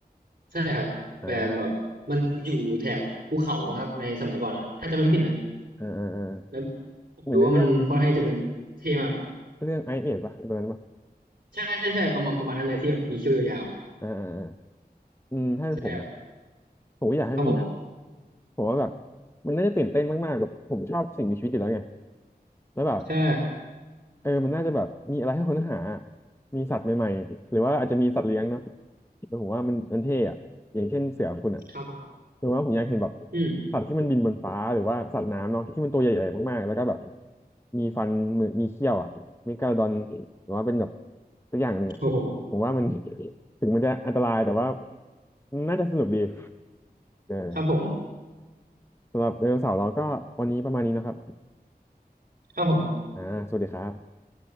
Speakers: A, on the right (about 55°); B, on the left (about 15°).
A: ใช่ครับแต่แบบมันอยู่แถบภูเขามั้งครับในสมัยก่อนนะถ้าจำไม่ผิดนะ
B: อ่าอ่าอ่าอ่า
A: แล้วผมดูว่ามันค่อนข้างจะเป็นเท่มาก
B: เหมือนในเรื่องเรื่องไอเอดปะตอนนั้นปะ
A: ใช่ใช่ใช่ประมาณประมาณนั้นเลยที่แบบมีเขี้ยวยาว
B: อ่าอ่าอาอืมถ้าเป็นผมนะ
A: ๆใช่ครับ
B: ผมก็อยากให้มีนะ
A: ครับผม
B: ผมว่าแบบมันน่าจะตื่นเต้นมากๆแบบผมชอบสิ่งมีชีวิตอยู่แล้วไงแล้วแบบ
A: ใช่
B: เออมันน่าจะแบบมีอะไรให้ค้นหามีสัตว์ใหม่ๆหรือว่าอาจจะมีสัตว์เลี้ยงเนาะแต่ผมว่ามันมันเท่อะอย่างเช่นเสือคุณอะ
A: ครับผม
B: หรือว่าผมอยากเห็นแบบ
A: อืม
B: สัตว์ที่มันบินบนฟ้าหรือว่าสัตว์น้ำเนาะที่มันตัวใหญ่ๆมากๆแล้วก็แบบมีฟันมือมีเขี้ยวอะเมกาโดอนหรือว่าเป็นแบบตัวอย่างหนึ่งอะผมว่ามัน
A: โอ้โห
B: ถึงมันจะอันตรายแต่ว่าน่าจะสนุกดีเออ
A: ครับผม
B: สำหรับไดโนเสาร์เราก็วันนี้ประมาณนี้นะครับ
A: ครับผม
B: อ่าสวัสดีครับ